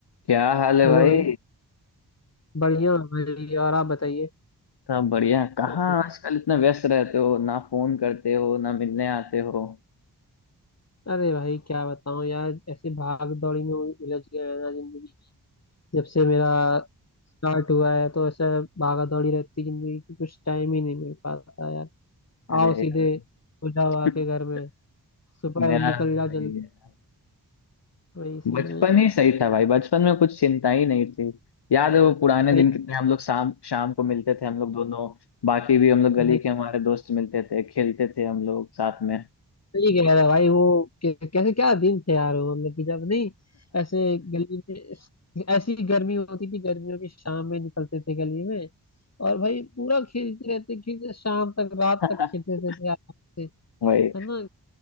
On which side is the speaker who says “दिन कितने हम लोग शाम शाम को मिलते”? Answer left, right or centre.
Left